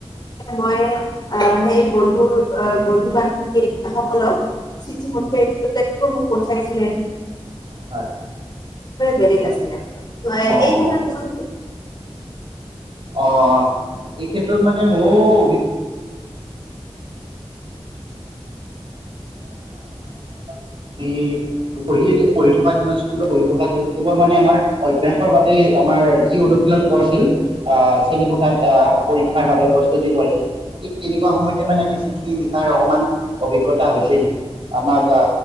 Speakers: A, on the left (about 40°); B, on the right (about 55°).
A: মই অ সেই বন্ধুৰ অ। বন্ধু বান্ধৱী সকলক। চিঠি
B: উম।
A: পঠিয়াই। পঠিয়াই ছিলে।
B: হয়।
A: বেলে গ আছিলে। হয়
B: অঁ
A: এই ক্ষেত্ৰত
B: অঁ
A: কি।
B: অ এই ক্ষেত্ৰত মানে মোৰ অভিজ্ঞতা। আমি পঢ়ি পঢ়ি থকা দিনত স্কুলত পঢ়ি থকা দিনত কেৱল মানে আমাৰ অভ্যাসৰ বাবে আমাৰ যি অনুশীলন কৰিছিল আহ শ্ৰেণীকোঠাত আহ পৰীক্ষাৰ বাবে প্ৰস্তুতি কৰিছিল ঠিক তেনেকুৱা সময়তে মানে আমি চিঠি লিখাৰ অকমান। অভিজ্ঞতা হৈছিল আমাক অ